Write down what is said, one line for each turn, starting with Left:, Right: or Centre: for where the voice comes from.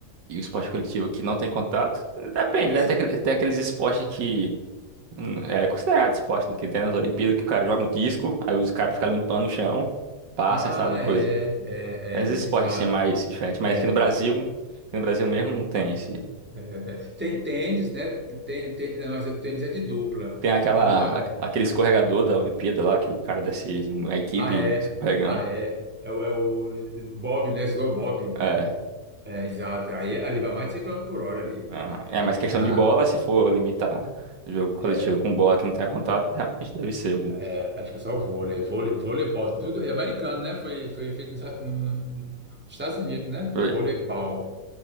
Right: E o esporte coletivo que não tem contato? Depende,
Centre: É
Right: né?
Centre: só...
Right: Tem, aquele- tem aqueles esportes que hum, é considerado esporte, né? Que tem nas Olimpíadas que o cara joga um disco, aí os caras ficam limpando o chão pra
Centre: Ah,
Right: acertar no coisa.
Centre: é, é,
Right: Tem esses
Centre: é,
Right: esportes
Centre: exato.
Right: assim mais diferentes, mas
Centre: é.
Right: aqui no Brasil, aqui no Brasil mesmo não tem esse.
Centre: É, é. é. Tem tênis, né? Tem, tem, não, mas o tênis é de dupla.
Right: Tem aquela,
Centre: Não, não é.
Right: a- aquele escorregador da Olimpíada lá que o cara desce, uma equipe
Centre: Ah, é.
Right: escorregando.
Centre: Ah, é. É, o, é o Bob, né? Slow Bob, né?
Right: É,
Centre: É, exato. Aí ali vai mais de 100 km por hora ali.
Right: Aham. É, mas questão
Centre: Tá.
Right: de bola, se for limitar o jogo coletivo
Centre: É,
Right: com bola que não tenha contato, realmente deve ser o.
Centre: é, acho que é só o vôlei. Vôlei, voleibol, tudo. é americano, né? Foi, foi feito nos, no- no- nos Estados Unidos, né?
Right: Foi.
Centre: Voleibol.